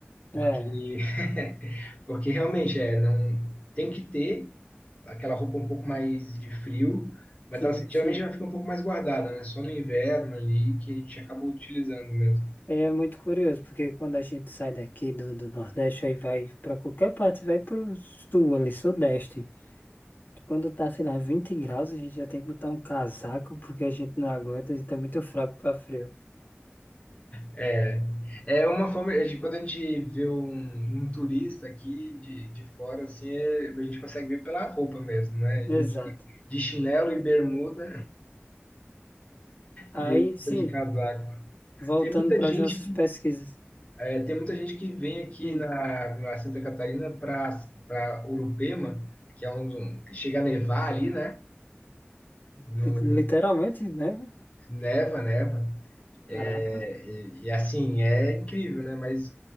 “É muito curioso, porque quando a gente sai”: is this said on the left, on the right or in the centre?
Left